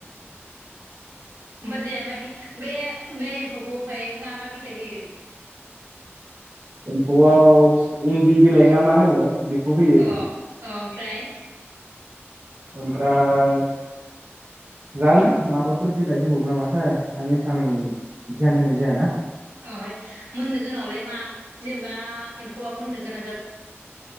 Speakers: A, on the right; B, on the right.
A: ओमफा दे <unintelligible> ओमफाय बे बे एम्फौखौ ओमफाय मा मा बिलाइ होयो?
B: एम्फौआव इन्दि बिलाइ ना मा होनो बेखौ होयो
A: अ औ ओमफ्राय?
B: ओमफ्राय जानो माबाफोर बिलाइ होबावो नामाथाय आं एसां ध्यान होनाय जायाना।
A: <unintelligible> मोननो गोनाङावलाय मा जेनेबा एम्फौआ मोननो गोनां जाब